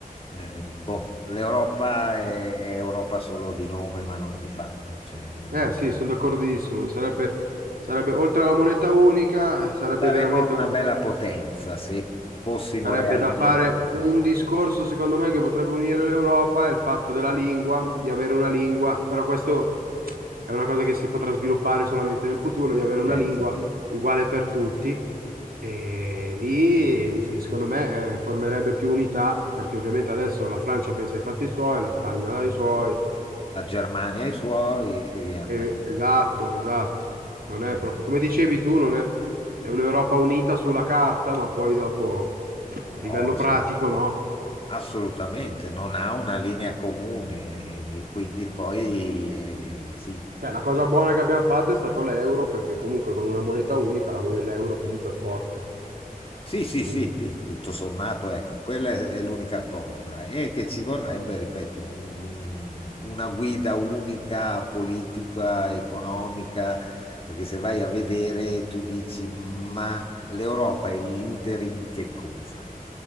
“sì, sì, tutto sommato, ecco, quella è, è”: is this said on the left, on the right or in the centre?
Left